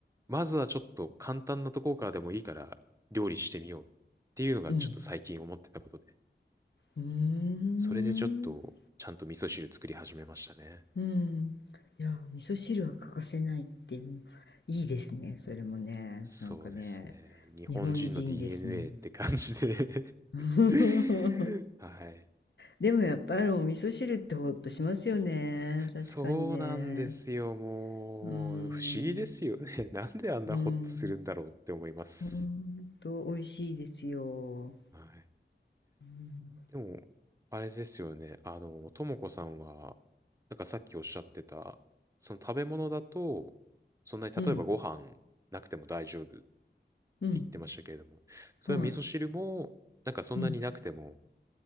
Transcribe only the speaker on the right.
まずはちょっと簡単なところからでもいいから料理してみようっていうのがちょっと最近思ってたことで、
それでちょっとちゃんと味噌汁作り始めましたね。
そうですね。日本人の
DNA って感じで
<laughs> はい。
そうなんですよ。もう、
不思議ですよね。<laughs> なんであんなホッとするんだろうって思います。
はい。
でも、あれですよね。あの、ともこさんは、なんかさっきおっしゃってた、その食べ物だと、そんなに例えばご飯なくても大丈夫って
言ってましたけれども、それは味噌汁も、
なんかそんなになくても、